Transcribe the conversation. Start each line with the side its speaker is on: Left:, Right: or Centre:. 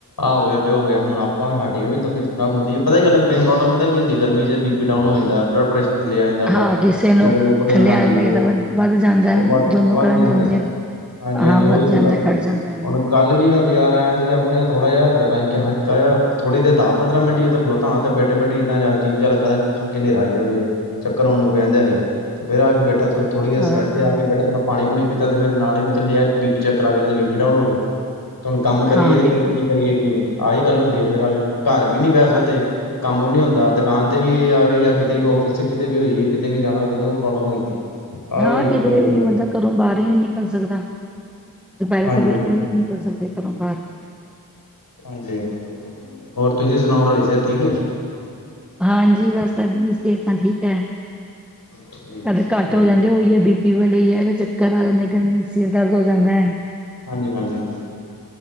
Left: ਆਹ ਹੋ ਗਿਆ ਕਿ ਹੋ ਗਿਆ ਹੁਣ ਆਪਾਂ ਸਾਡੀ ਵੀ ਤਬੀਅਤ ਖਰਾਬ ਹੁੰਦੀ ਹੈ ਪਤਾ ਹੀ ਗੱਲ ਮੇਨ ਪ੍ਰੋਬਲਮ ਪਤਾ ਕੀ ਹੁੰਦੀ ਗਰਮੀ ਚ ਬੀ ਪੀ ਡਾਊਨ ਹੋ ਜਾਂਦਾ ਬਲੱਡ ਪ੍ਰੈਸ਼ਰ ਥੱਲੇ ਆ ਜਾਂਦਾ
Centre: ਹਾਂ
Left: ਵਾ
Centre: ਕਿਸੇ ਨੂੰ
Left: ਜਾਂ ਕਦੇ ਉੱਪਰ ਦੇਨ
Centre: ਥੱਲੇ
Left: ਹਾਂਜੀ
Centre: ਆ ਜਾਂਦਾ
Left: ਉਹ
Centre: ਕਿਸੇ ਵੱਧ ਵੱਧ ਜਾਂਦਾ
Left: ਵੱਧ
Centre: ਦੋਨੋ
Left: ਵੱਧ
Centre: ਕਰਨ
Left: ਜਾਂਦਾ
Centre: ਦੇ ਹੁੰਦੇ
Left: ਹਾਂਜੀ
Centre: ਹਾਂ
Left: ਹਾਂਜੀ ਉਹੀ
Centre: ਵੱਧ
Left: ਹੁੰਦਾ
Centre: ਜਾਂਦਾ ਘੱਟ ਜਾਂਦਾ ਹੈ।
Left: ਹੁਣ ਕੱਲ ਵੀ ਮੈਂ ਬਜ਼ਾਰ ਆਇਆ ਸੀ ਆਪਣੇ ਥੋੜਾ ਜਿਹਾ ਕਿਹਾ ਹੱਕਕਾ ਆ ਥੋੜੀ ਦੇ ਦਸ ਪੰਦਰਾਂ ਮਿੰਟ ਹੀ ਉਥੇ ਖਲੋਤ ਧਣਾ ਤੇ ਬੇਟੇ ਬੇ ਕਿਦਾਂ ਜੀ ਚਾਲ ਖਾਂ ਕੇ ਹਨੇਰਾ ਆਈ ਜਾਵੇ ਚੱਕਰ ਆਉਣ ਨੂੰ ਪੈਂਣ ਦਿਆ ਸੀ ਤੇ ਫੇਰ ਆ ਕੇ ਬੈਠਾ ਥੋੜੀ ਦੇਰ
Centre: ਹਾਂ
Left: ਸਾਈਡ ਤੇ ਆ ਕੇ ਬੈਠਾ ਥਲਾ ਪਾਣੀ ਪੁਣੀ ਪ ਤੇ ਫੇਰ ਨਾਲ ਹੀ ਮੈਂ ਚੱਲ ਯਾਰ ਬੀਪੀ ਚੈੱਕ ਕਰਾ ਗਿਆ ਤੇ ਬੀਪੀ ਡਾਊਨ ਹੋ ਗਿਆ ਤੇ ਹੁਣ ਕੰਮ ਕਰੀਏ
Centre: ਹਾਂ ਬੇਬੇ
Left: ਤੇ ਕੀ ਕਰੀਏ ਕੀ ਨ ਆਹੀ ਗੱਲ ਹੁੰਦੀ ਆ ਫੇਰ ਆ ਕੇ ਘਰ ਵੀ ਨੀ ਬਹਿ ਸਕਦੇ
Centre: ਅ-
Left: ਕੰਮ ਵੀ ਨੀ ਹੁੰਦਾ ਦੁਕਾਨ ਕਿਤੇ ਵੀ ਆ ਗਏ ਜਾਂ ਕਿਤੇ ਵੀ ਔਫਿਸ ਚ ਕਿਤੇ ਵੀ ਹੋਈਏ ਕਿਤੇ ਵੀ ਜਾਣਾ ਹੋਵੇ ਤਾਂ ਉਹ ਪ੍ਰੋਬਲਮ ਹੋ ਜਾਂਦੀ ਹੈ ਆਹ
Centre: ਹਾਂ
Left: ਬੜੀ
Centre: ਕਿਧਰੇ
Left: ਬੜੀ ਵੱਡੀ
Centre: ਵੀ
Left: ਗੱਲ
Centre: ਮਨਦਾ ਘਰੋਂ ਬਾਹਰ ਹੀ ਨਹੀਂ ਨਿਕਲ ਸਕਦਾ ਦੁਪਹਿਰੇ
Left: ਹਾਂਜੀ
Centre: ਤਾਂ ਬਿਲਕੁਲ
Left: ਹਾਂਜੀ
Centre: ਵੀ ਨਹੀਂ ਨਿਕਲ ਸਕਦੇ ਘਰੋਂ ਬਾਹਰ
Left: ਹਾਂਜੀ ਹੋਰ ਤੁਸੀਂ ਸੁਣਾਓ ਤੁਹਾਡੀ ਸਿਹਤ ਠੀਕ ਏ
Centre: ਹਾਂਜੀ ਬਸ ਸਾਡੀ ਵੀ ਸਿਹਤਾ ਠੀਕ ਏ
Left: ਠੀਕ
Centre: ਕਦੇ ਘੱਟ ਹੋ ਜਾਂਦੇ ਉਹੀ ਹੈ ਬੀ ਪੀ ਵਾਲੇ ਹੈ ਵੀ ਚੱਕਰ ਆ ਜਾਂਦੇ ਗਰਮੀ ਚ ਸਿਰ ਦਰਦ ਹੋ ਜਾਂਦਾ ਏ
Left: ਹਾਂਜੀ ਹਾਂਜੀ